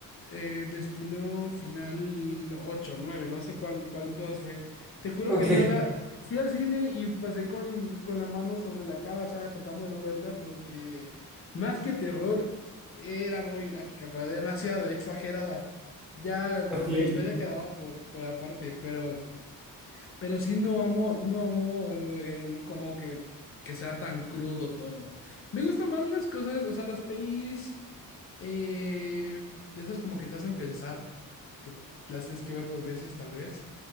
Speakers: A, on the left; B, in the centre.
A: eh, Destino Final ocho nueve no sé cuál, cuál de todas fue. Te juro
B: ok,
A: que no la... Fui al cine y pasé con, con la mano sobre la cara, o sea, tratando de no verla porque más que terror era muy gráfica, pero demasiado exagerada. Ya
B: ok,
A: la historia
B: ok.
A: quedaba por, por aparte, pero... Pero sí no amo, no amo eh, el como que, que sea tan crudo todo. Me gustan más las cosas, o sea, las pelis eh, de esas como que te hacen pensar, que las tienes que ver dos veces tal vez.